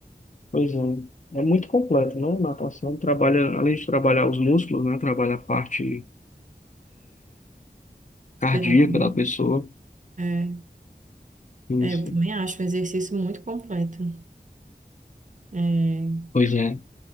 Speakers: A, on the left (about 50°); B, on the right (about 50°).
A: Pois é. É muito completo, né? Natação trabalha, além de trabalhar os músculos, né? Trabalha a parte
B: Respiratório,
A: cardíaca da pessoa.
B: É,
A: Sim,
B: é,
A: sim.
B: eu também acho um exercício muito completo. É,
A: Pois é.